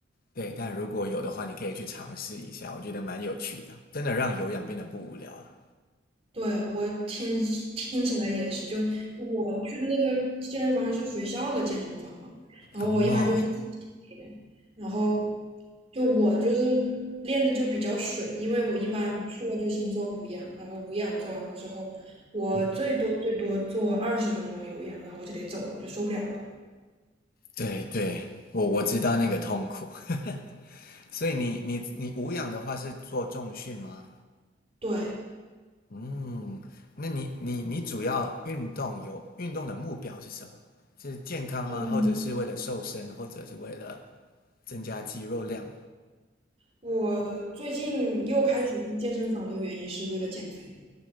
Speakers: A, on the left (about 50°); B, on the right (about 30°).
A: 对，但如果有的话，你可以去尝试一下，我觉得蛮有趣的，真的让有氧变得不无聊了。
B: 对，我听听起来也是，就我去的那个健身房是学校的健身房嘛，然后我一般就去自己
A: 哦，冒，
B: 练，然后就我就是练的就比较水，因为我一般去了就先做无氧，然后无氧做完了之后，我最多最多做二十分钟有氧，
A: 嗯，
B: 然后我就得走了，我就受不了了。
A: 对对，我我知道那个痛苦。<laughs> 所以你你你无氧的话是做重训吗？
B: 对，
A: 嗯，那你你你主要运动有运动的目标是什么？是健康吗？
B: 嗯，
A: 或者是为了瘦身，或者是为了增加肌肉量？
B: 我最近又开始去健身房的原因是为了减肥，